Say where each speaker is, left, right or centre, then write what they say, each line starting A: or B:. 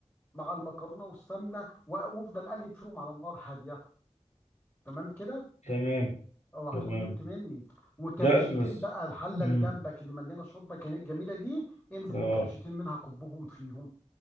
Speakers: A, on the left; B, on the left.
A: مع المكرونة والسمنة و- وافضل قلب فيهم على النار هادية تمام كده
B: تمام
A: اوعى
B: تمام
A: تكون نمت مني وكبشتين
B: لا بس
A: بقى الحلة
B: مم.
A: اللي جنبك اللي مليانة شوربة ك- جميلة دي انزل
B: اه
A: بكبشتين منها كبهم فيهم